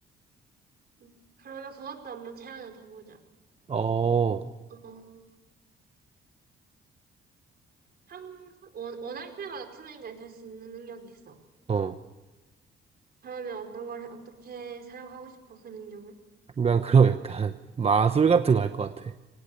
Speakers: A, on the right; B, on the right.
A: 응. 그러면 그것도 한번 제안을 더 보자.
B: 어,
A: 어, 항상 원, 원할 때마다 투명인간이 될 수 있는 능력이 있어.
B: 어.
A: 그러면 어떤 걸, 해- 어떻게 사용하고 싶어? 그 능력을?
B: 난 그럼 약간 <laughs> 마술 같은 거 할 것 같아.